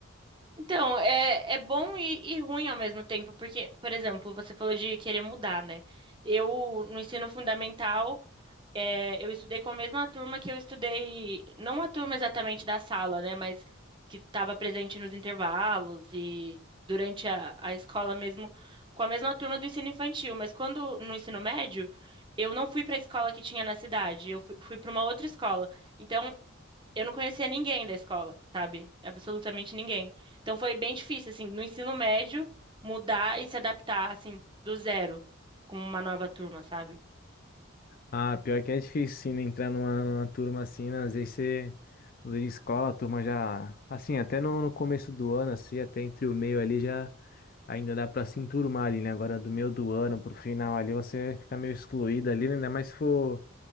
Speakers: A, on the right (about 25°); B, on the left (about 45°).
A: Então, é, é bom e, e ruim ao mesmo tempo, porque, por exemplo, você falou de querer mudar, né? Eu, no ensino fundamental, é, eu estudei com a mesma turma que eu estudei, não a turma exatamente da sala, né? Mas que estava presente nos intervalos e durante a, a escola mesmo, com a mesma turma do ensino infantil. Mas quando, no ensino médio, eu não fui para a escola que tinha na cidade, eu fui, fui para uma outra escola. Então, eu não conhecia ninguém da escola, sabe? Absolutamente ninguém. Então foi bem difícil, assim, no ensino médio, mudar e se adaptar, assim, do zero com uma nova turma, sabe?
B: Ah, pior que é difícil, sim, né, entrar numa, numa turma assim, né? Às vezes você muda de escola, a turma já. Assim, até no, no começo do ano, assim, até entre o meio ali já ainda dá pra se enturmar ali, né? Agora do meio do ano pro final ali você fica meio excluído ali, né? Ainda mais se for,